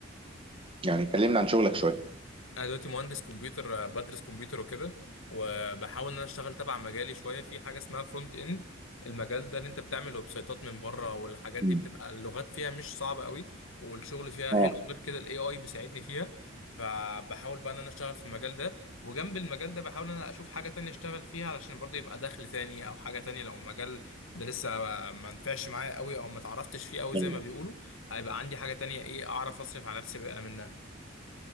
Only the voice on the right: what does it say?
يعني كلمنا عن شغلك شوية
مم.
اه
يعني